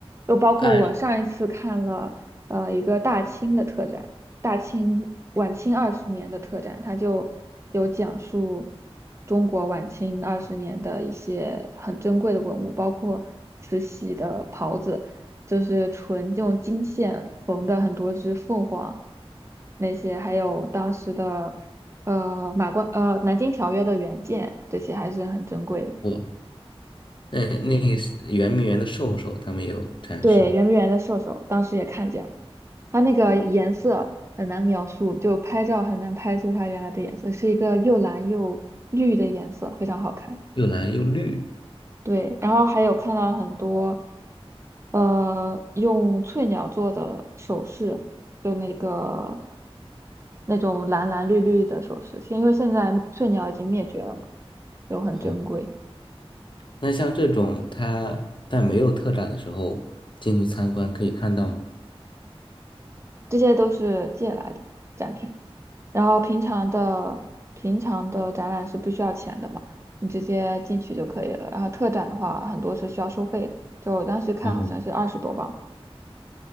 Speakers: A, on the right (about 25°); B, on the left (about 50°).
A: 就包括我上一次看了呃一个大清的特展，
B: 按
A: 大清晚清二十年的特展，它就有讲述中国晚清二十年的一些很珍贵的文物，包括慈禧的袍子，就是纯用金线缝的很多只凤凰，那些还有当时的呃马关呃南京条约的原件，这些还是很珍贵的。
B: 我那那个是圆明园的兽首，他们有展示吗？
A: 对，圆明园的兽首，当时也看见了，它那个颜色很难描述，就拍照很难拍出它原来的颜色，是一个又蓝又绿的颜色，非常好看。
B: 又蓝又绿。
A: 对，然后还有看到很多，呃，用翠鸟做的首饰，就那个那种蓝蓝绿绿的首饰，因为现在翠鸟已经灭绝了嘛，就很珍贵。
B: 好，那像这种他在没有特展的时候进去参观可以看到吗？
A: 这些都是借来的展品。然后平常的平常的展览是不需要钱的嘛，你直接进去就可以了。然后特展的话，很多是需要收费的，就我当时看好像是二十多磅。
B: 哦，